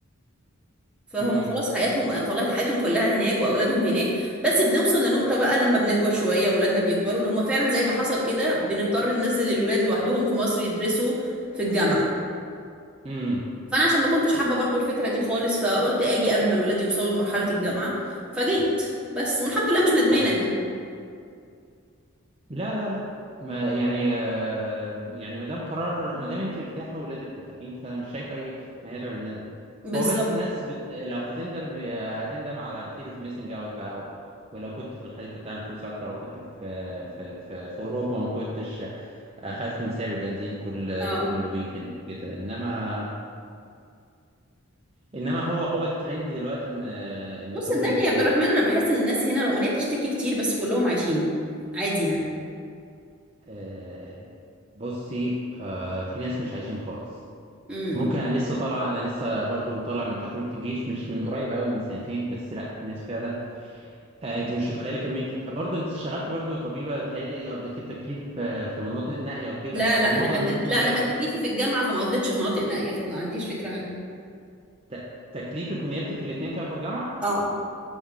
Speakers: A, in the centre; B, on the right (about 25°).
A: فهم
B: امم
A: خلاص حياتهم خلاص حياتهم كلها هناك واولادهم هناك بس بنوصل لنقطة بقى لما بنكبر شوية اولادنا بيكبروا ان هم فعلا زي ما حصل كده بنضطر ننزل الولاد لوحدهم في مصر يدرسوا في الجامعة
B: امم
A: فانا عشان ما كنتش حابة برضو الفكرة دي خالص فقلت اجي قبل ما الولاد يوصلوا لمرحلة الجامعة فجيت بس الحمد لله مش ندمانة
B: ايوه
A: يعني
B: لا لا لا ما يعني آه، يعني ما دام قرار ما دام انت مرتاحة واولادك مرتاحين فانا مش شايف اي ما يدعو للندم
A: بالظبط
B: هو بس الناس بت... لو هتندم ب... هتندم على الفير اوف ميسنج اوت بقى و... ولو كنت في الخليج كنت عامل فلوس اكتر وكنت في في في, في اوروبا ما كنتش اخاف من سعر البنزين كل
A: اه
B: كل ويكند كده انما انما هو هو الترند دلوقتي ان ان
A: بص
B: كله
A: صدقني
B: يسافر
A: يا عبد الرحمن
B: يعني
A: انا بحس ان الناس هنا رغم ان هي بتشتكي كتير بس كلهم عايشين عادي
B: آه، بصي آه، في ناس مش عايشين خالص
A: يعني
B: ممكن انا لسه طالع انا لسه برضو طالع من تجربه الجيش مش من قريب قوي من سنتين بس لا في ناس فعلا آه، انت مش متخيله كميه إن- برضو انت اشتغلتي برضو طبيبه تخيلي قضيتي التكليف آه، في مناطق نائيه وكده
A: لا
B: آه،
A: لا
B: معظم
A: انا كان
B: الناس
A: تك... لا
B: ما بيعرفوش
A: انا كان تكليفي في الجامعه فما قضيتش في مناطق نائيه فما عنديش فكره عنها
B: ت- تكليفك ونيابتك الاثنين كانوا في الجامعه
A: اه